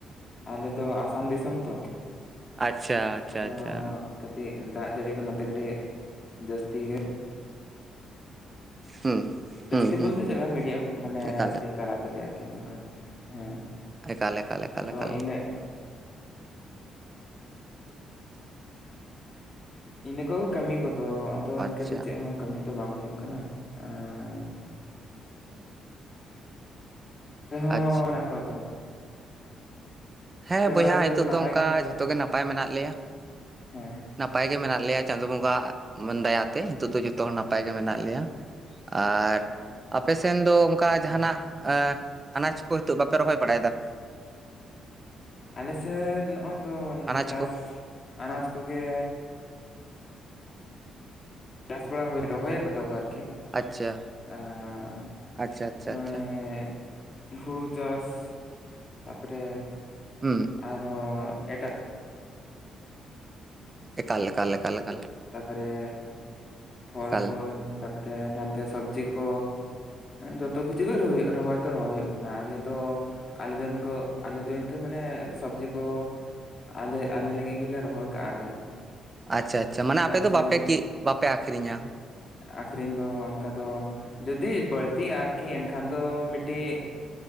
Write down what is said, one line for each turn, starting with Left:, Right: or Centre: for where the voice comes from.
Left: ᱟᱞᱮ ᱫᱚ ᱟᱥᱟᱢ ᱫᱤᱥᱚᱢ ᱛᱚ
Right: ᱟᱪᱪᱷᱟ ᱟᱪᱪᱷᱟ
Left: ᱟᱫᱚ
Right: ᱟᱪᱪᱷᱟ
Left: ᱠᱟᱹᱴᱤᱡ ᱫᱟᱜ ᱡᱟᱹᱲᱤ ᱠᱚ ᱱᱚᱛᱮ ᱠᱟᱹᱴᱤᱡ ᱡᱟᱹᱥᱛᱤ ᱜᱮ
Right: ᱦᱩᱸ ᱦᱩᱸ
Left: ᱡᱟᱹᱥᱛᱤ
Right: ᱦᱩᱸ
Left: ᱵᱚᱞᱛᱮ
Right: ᱦᱩᱸ
Left: ᱪᱮᱫᱟᱜ ᱞᱮᱠᱟ ᱢᱤᱰᱤᱭᱟᱢ ᱢᱟᱱᱮ
Right: ᱮᱠᱟᱞ
Left: ᱟᱨᱠᱤ ᱛᱟᱲᱟᱛᱟᱲᱤ ᱟᱨᱠᱤ ᱚᱱᱠᱟ ᱦᱮᱸ
Right: ᱮᱠᱟᱞ ᱮᱠᱟᱞ ᱮᱠᱟᱞ
Left: ᱟᱫᱚ
Right: ᱮᱠᱟᱞ
Left: ᱤᱱᱟᱹ ᱤᱱᱟᱹ ᱠᱚᱜᱮ ᱠᱟᱹᱢᱤ ᱠᱚᱫᱚ ᱟᱫᱚ
Right: ᱟᱪᱪᱷᱟ
Left: ᱤᱱᱠᱟᱹ ᱫᱚ ᱪᱮᱫ ᱦᱚᱸ ᱠᱟᱹᱢᱤ ᱫᱚ ᱵᱟᱝ ᱦᱩᱭᱩᱜ ᱠᱟᱱᱟ ᱟᱨ ᱨᱮᱦᱚᱸ
Right: ᱟᱪᱪᱷᱟ
Left: ᱚᱲᱟᱜ ᱠᱚᱣᱟ ᱫᱚ
Right: ᱦᱮᱸ ᱵᱚᱭᱦᱟ
Left: ᱚᱲᱟᱜ ᱨᱮ
Right: ᱱᱤᱛᱚᱜ
Left: ᱡᱚᱛᱚ ᱱᱟᱯᱟᱭ
Right: ᱫᱚ ᱚᱱᱠᱟ
Left: ᱜᱮ ᱢᱮᱱᱟᱜ
Right: ᱡᱷᱚᱛᱚ
Left: ᱯᱮᱭᱟ ᱛᱚ
Right: ᱜᱮ ᱱᱟᱯᱟᱭ ᱢᱮᱱᱟᱜ ᱞᱮᱭᱟ᱾
Left: ᱦᱮᱸ
Right: ᱱᱟᱯᱟᱭ ᱜᱮ ᱢᱮᱱᱟᱜ ᱞᱮᱭᱟ ᱪᱟᱸᱫᱳ ᱵᱚᱸᱜᱟ ᱢᱮᱱ ᱫᱟᱭᱟᱛᱮ ᱱᱤᱛᱚᱜ ᱫᱚ ᱡᱚᱛᱚ ᱦᱚᱲ
Left: ᱦᱮᱸ
Right: ᱱᱟᱯᱟᱭ ᱜᱮ ᱢᱮᱱᱟᱜ ᱞᱮᱭᱟ᱾ ᱟᱨ ᱟᱯᱮ ᱥᱮᱱ ᱫᱚ ᱚᱱᱠᱟ
Left: ᱦᱮᱸ
Right: ᱡᱟᱦᱟᱱᱟᱜ ᱮ ᱟᱱᱟᱡᱽ ᱠᱚ ᱦᱤᱛᱚᱜ ᱵᱟᱯᱮ ᱨᱚᱦᱚᱭ ᱵᱟᱲᱟᱭ ᱫᱟ
Left: ᱟᱞᱮᱥᱮᱫ ᱱᱚᱜᱼᱚᱭ ᱛᱚ
Right: ᱟᱱᱟᱡ
Left: ᱪᱟᱥ
Right: ᱠᱚ
Left: ᱟᱱᱟᱡ ᱠᱚᱜᱮ ᱪᱟᱥ ᱵᱟᱲᱟ ᱦᱩᱭ ᱨᱚᱦᱚᱭ ᱠᱟᱫᱟ ᱠᱚ ᱟᱨᱠᱤ
Right: ᱟᱪᱪᱷᱟ
Left: ᱟᱨ
Right: ᱟᱪᱪᱷᱟ ᱟᱪᱪᱷᱟ
Left: ᱱᱚᱜᱼᱚᱭ
Right: ᱟᱪᱪᱷᱟ
Left: ᱦᱩᱲᱩ ᱪᱟᱥ ᱛᱟᱯᱚᱨᱮ
Right: ᱦᱩᱸ
Left: ᱟᱨᱚ ᱮᱴᱟᱜ
Right: ᱮᱠᱟᱞ ᱮᱠᱟᱞ ᱮᱠᱟᱞ ᱮᱠᱟᱞ
Left: ᱛᱟᱨᱯᱚᱨᱮ ᱯᱷᱚᱞ
Right: ᱮᱠᱟᱞ
Left: ᱠᱚ ᱛᱟᱨᱯᱚᱨᱮ ᱱᱟᱛᱮ ᱥᱚᱵᱽᱡᱤ ᱠᱚ ᱡᱚᱛᱚ ᱠᱤᱪᱷᱩ ᱜᱮ ᱨᱚᱦᱚᱭ ᱫᱚ ᱨᱚᱦᱚᱭ ᱦᱩᱭᱩᱜ ᱠᱟᱱᱟ ᱟᱞᱮ ᱫᱚ ᱟᱞᱮ ᱫᱚ ᱤᱱᱠᱟᱹ ᱟᱞᱮ ᱫᱚ ᱤᱱᱠᱟᱹ ᱢᱟᱱᱮ ᱥᱚᱵᱽᱡᱤ ᱠᱚ ᱟᱞᱮ ᱟᱞᱮ ᱞᱟᱹᱜᱤᱫ ᱜᱮᱞᱮ ᱨᱚᱦᱚᱭ ᱠᱟᱜᱼᱟ ᱞᱮ
Right: ᱟᱪᱪᱷᱟ ᱟᱪᱪᱷᱟ ᱢᱟᱱᱮ
Left: ᱪᱮᱫᱟᱜ
Right: ᱟᱯᱮ ᱫᱚ
Left: ᱥᱮ
Right: ᱵᱟᱯᱮ ᱠᱤ ᱵᱟᱯᱮ ᱟᱠᱷᱨᱤᱧᱟ᱾
Left: ᱟᱹᱠᱷᱨᱤᱧ ᱫᱚ ᱚᱱᱠᱟ ᱫᱚ ᱡᱩᱫᱤ ᱵᱟᱹᱲᱛᱤᱜᱼᱟ ᱟᱨᱠᱤ ᱮᱱᱠᱷᱟᱱ ᱫᱚ ᱢᱤᱫᱴᱤᱡ